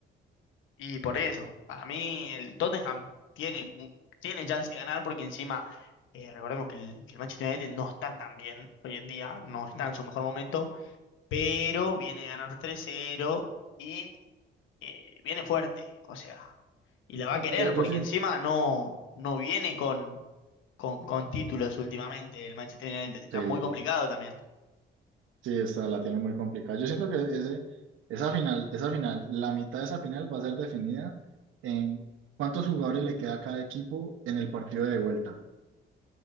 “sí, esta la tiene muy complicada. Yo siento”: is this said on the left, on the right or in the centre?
Right